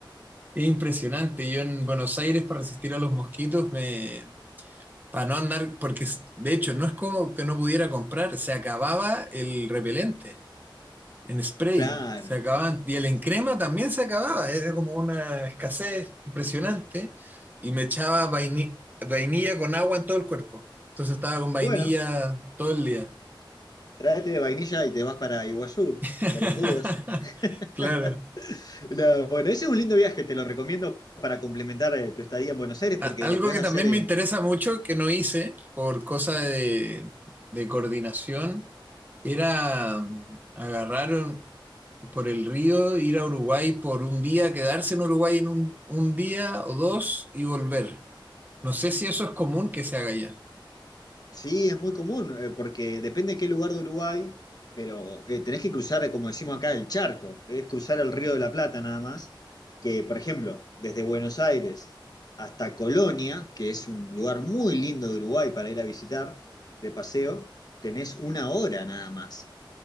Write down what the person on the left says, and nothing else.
Claro.
Y bueno,
Tráete de vainilla y te vas para Iguazú,
por las dudas. <laughs>
No, bueno, ese es un lindo viaje, te lo recomiendo para complementar eh, tu estadía en Buenos Aires
porque
lo puedes
hacer
en,
Sí, es muy común, eh, porque depende de qué lugar de Uruguay, pero eh, tenés que cruzar, eh, como decimos acá, el charco, es cruzar el Río de la Plata nada más, que por ejemplo, desde Buenos Aires hasta Colonia, que es un lugar muy lindo de Uruguay para ir a visitar de paseo, tenés una hora nada más,